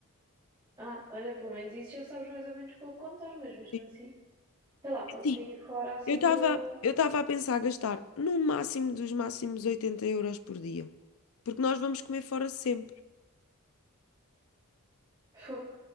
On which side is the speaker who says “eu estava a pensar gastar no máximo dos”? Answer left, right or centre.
Left